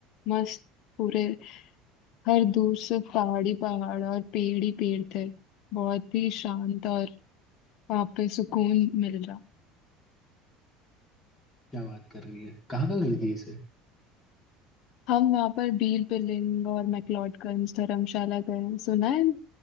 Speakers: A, on the left (about 60°); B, on the left (about 20°).
A: मस्त पूरे हर दूर से पहाड़ी पहाड़ और पेड़ ही पेड़ थे बहुत ही शांत और वहाँ पे सुकून मिल रहा
B: क्या बात कर रही है कहाँ कहाँ गई थी इसे
A: हम वहाँ पर बीर बिलिंग और मैक्लोडगंज धर्मशाला गए सुना है इन